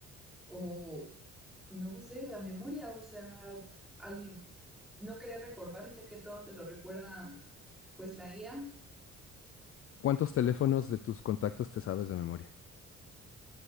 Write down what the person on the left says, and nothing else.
¿Cuántos teléfonos de tus contactos te sabes de memoria?